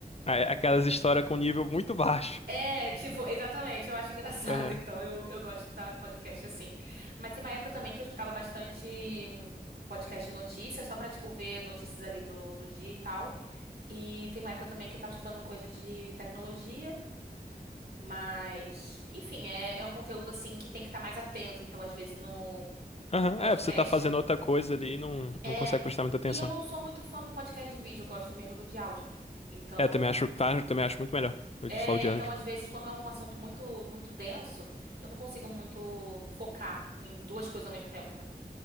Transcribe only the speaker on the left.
É, Aquelas histórias com nível muito baixo.
Aham.
Aham,
É, você tá fazendo outra coisa ali e não,
não consegue prestar muita atenção.
É, também acho, tá, eu também acho muito melhor. Eu
de só o diário.